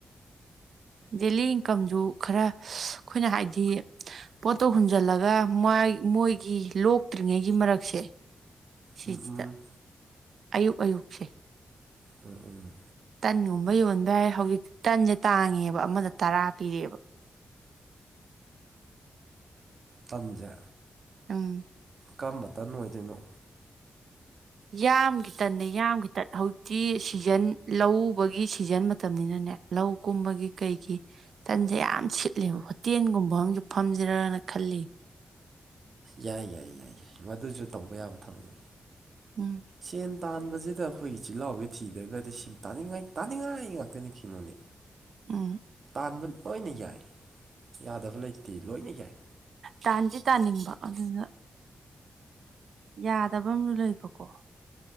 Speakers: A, on the right; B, on the right.
A: ꯗꯦꯜꯂꯤ ꯏꯟꯀꯝꯗꯨ ꯈꯔ ꯑꯩꯈꯣꯏꯅ ꯍꯥꯏꯗꯤ ꯄꯣꯠꯇꯣ ꯍꯨꯝꯖꯤꯜꯂꯒ ꯃꯣꯏꯒꯤ ꯂꯣꯛꯇ꯭ꯔꯤꯉꯩꯒꯤ ꯃꯔꯛꯁꯦ ꯁꯤꯁꯤꯗ
B: ꯎꯝ ꯎꯝ
A: ꯑꯌꯨꯛ ꯑꯌꯨꯛꯁꯦ
B: ꯎꯝ ꯎꯝ
A: ꯇꯟꯒꯨꯝꯕ ꯌꯣꯟꯕ ꯌꯥꯏ ꯍꯧꯖꯤꯛꯇꯤ ꯇꯟꯁꯦ ꯇꯥꯡꯉꯦꯕ ꯑꯃꯗ ꯇꯔꯥ ꯄꯤꯔꯛꯑꯦꯕ
B: ꯇꯟꯖ
A: ꯎꯝ
B: ꯀꯝꯕꯇꯟ ꯑꯣꯏꯗꯣꯏꯅꯣ
A: ꯌꯥꯝꯒꯤ ꯇꯟꯟꯅ ꯌꯥꯝ ꯈꯤꯇꯟ ꯍꯧꯖꯤꯛꯇꯤ ꯁꯤꯖꯟ ꯂꯧꯕꯒꯤ ꯁꯤꯖꯟ ꯃꯇꯝꯅꯤꯅꯅꯦ ꯂꯧ ꯀꯨꯝꯕꯒꯤ ꯀꯩꯒꯤ ꯇꯟꯁꯦ ꯌꯥꯝ ꯁꯤꯠꯂꯦꯕ ꯍꯣꯇꯦꯜꯒꯨꯝꯕ ꯑꯃꯁꯝꯨ ꯐꯝꯖꯔꯒꯅ ꯈꯜꯂꯤ
B: ꯌꯥꯏ ꯌꯥꯏ ꯌꯥꯏ ꯌꯥꯏ ꯃꯗꯨꯁꯨ ꯇꯧꯕ ꯌꯥꯕ ꯊꯕꯛꯅꯤ
A: ꯎꯝ
B: ꯁꯦꯟ ꯇꯥꯟꯕꯕꯁꯤꯗ ꯑꯩꯈꯣꯏꯒꯤ ꯆꯤꯜꯍꯥꯎꯒꯤ ꯊꯤꯗ꯭ꯔꯒꯗꯤ ꯁꯤ ꯇꯥꯅꯤꯡꯉꯥꯏ ꯇꯥꯅꯤꯡꯉꯥꯏ ꯉꯥꯛꯇꯅꯤ ꯀꯩꯅꯣꯅꯦ
A: ꯎꯝ
B: ꯄꯥꯟꯕꯥꯟꯕ ꯂꯣꯏꯅ ꯌꯥꯏ ꯌꯥꯗꯕ ꯂꯩꯇꯦ ꯂꯣꯏꯅ ꯌꯥꯏ
A: ꯇꯥꯟꯗꯤ ꯇꯥꯅꯤꯡꯕ ꯑꯗꯨꯅ ꯌꯥꯗꯕ ꯑꯃꯅ ꯂꯩꯕꯀꯣ